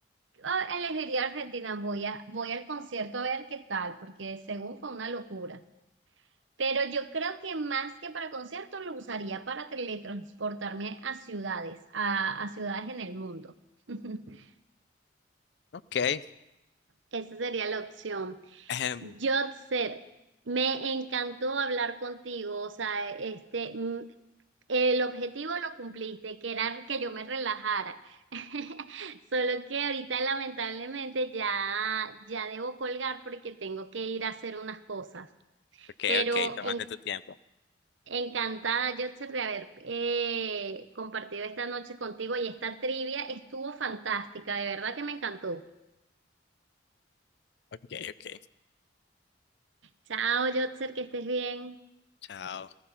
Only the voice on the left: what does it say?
Ok. <laughs>
Ejem,
Ok,
ok, tómate tu tiempo.
Ok, ok.
Chao.